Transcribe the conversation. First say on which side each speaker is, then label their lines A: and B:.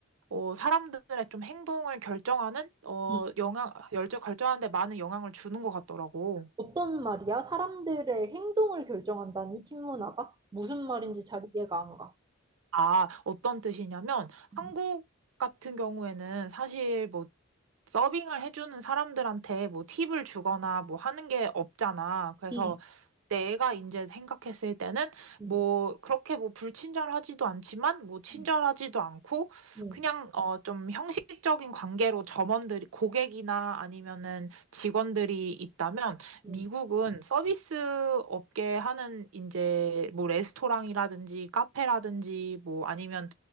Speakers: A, on the right; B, on the right.
A: 어, 사람들의 좀 행동을 결정하는, 어,
B: 음.
A: 영향, 열정 결정하는 데 많은 영향을 주는 것 같더라고.
B: 어떤 말이야? 사람들의 행동을 결정한다니, 팀 문화가? 무슨 말인지 잘 이해가 안 가.
A: 아, 어떤 뜻이냐면
B: 음.
A: 한국 같은 경우에는 사실 뭐 서빙을 해주는 사람들한테 뭐 팁을 주거나 뭐 하는 게 없잖아. 그래서
B: 음.
A: 내가 이제 생각했을 때는
B: 음.
A: 뭐 그렇게 뭐 불친절하지도 않지만 뭐 친절하지도
B: 음.
A: 않고
B: 음.
A: 그냥 어 좀 형식적인 관계로 점원들이 고객이나 아니면은 직원들이 있다면
B: 음.
A: 미국은 서비스 업계 하는 이제 뭐 레스토랑이라든지 카페라든지 뭐 아니면